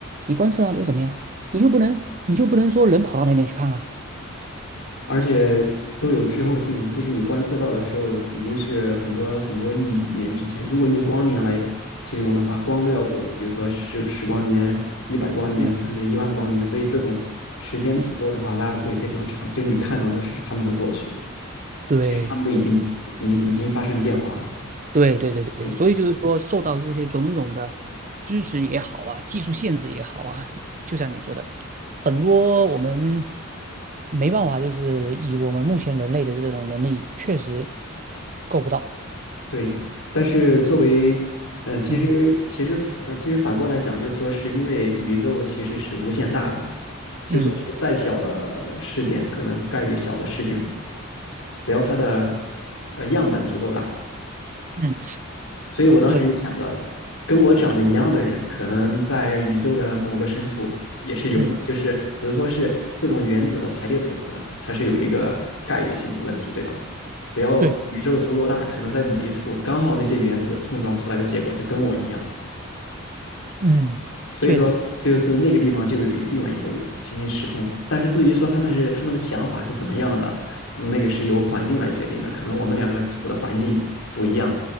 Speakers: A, on the right; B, on the left.
A: 你观测到了又怎么样？你又不能，你又不能说人跑到那边去看啊。
B: 而且都有滞后性，就是你观测到的时候，已经是很多很多亿年之前。如果用光年来形容的话，光都要走，比如说十十光年、一百光年，
A: 嗯，
B: 甚至一万光年。所以这种时间尺度的话，
A: 嗯，
B: 拉的会非常长。就是你看到的是他们的过去，
A: 对，
B: 其实他们都已经已经已经发生变化了。
A: 对，对，对，对。
B: 对
A: 所以就是说，受到这些种种的知识也好啊，技术限制也好啊，就像你说的，很多我们没办法，就是以我们目前人类的这种能力，确实够不到。
B: 对，但是作为，呃，其实其实呃，
A: 嗯
B: 其实反过来讲，就是说是因为宇宙其实是无限大的，就说是再小的事件，
A: 嗯
B: 可能概率小的事件，只要它的呃样本足够大，
A: 嗯，
B: 所以我当时就想着，
A: 对，
B: 跟我长得一样的人，可能在宇宙的某个深处也是有的，
A: 嗯。
B: 就是只是说是这种原子的排列组合，它是有一个概率性的问题，对吧？只要宇宙足够大，
A: 对。
B: 可能在某一处刚好那些原子碰撞出来的结果就跟我一样，
A: 嗯，
B: 所以说，
A: 确实是，
B: 就是那个地方就有一另外一个我，平行时空。但是至于说他们是他们的想法是怎么样的，那个是由环境来决定的。可能我们两个处的环境不一样，